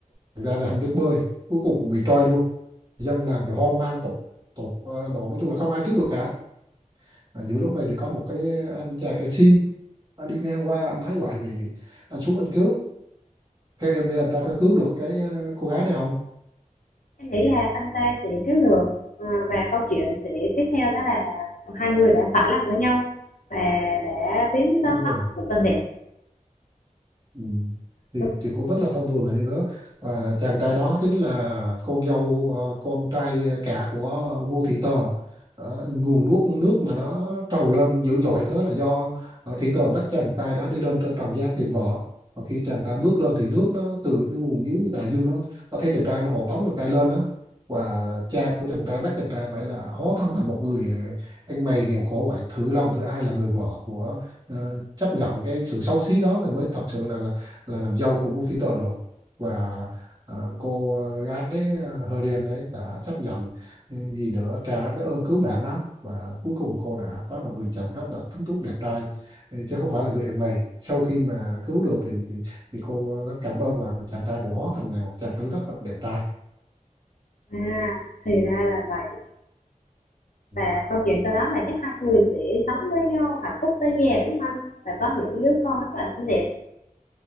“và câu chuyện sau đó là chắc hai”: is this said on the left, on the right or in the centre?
Left